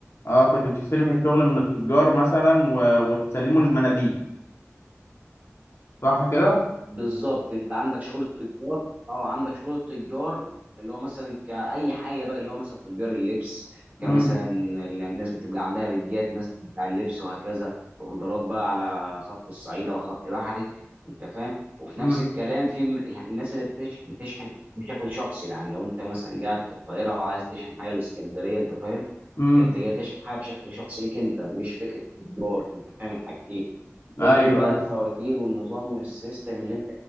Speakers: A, on the left; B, on the right.
A: اه كنت بتستلم الشغل من التجار مثلا و... وتسلمه للمناديب صح كده
B: بالظبط انت عندك شغل التجار اه عندك شغل التجار اللي هو مثلا كأي حاجه بقى اللي هو مثلا تجار اللبس كمثلا
A: امم
B: ال- الناس بتبقى عندها بيجات ناس بتاع اللبس وهكذا اوردرات بقى على خط الصعيدة وخط بحري انت فاهم وفي
A: امم
B: نفس الكلام في م- ال- الناس اللي بتش- بتشحن بشكل شخصي يعني لو انت مثلا قاعد في القاهره وعايز تشحن حاجه الاسكندريه انت فاهم
A: امم
B: انت جاي تشحن حاجه بشكل شخصي ليك انت مش فكره تجار انت فاهم الحاجتين فكره
A: ايوه
B: بقى
A: ايوه
B: الفواتير والنظام والسيستم اللي